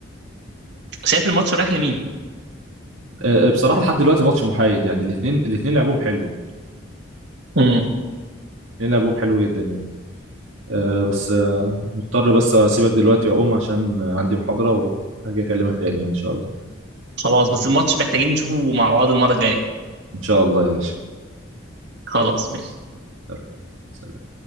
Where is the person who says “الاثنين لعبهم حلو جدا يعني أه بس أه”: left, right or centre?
Right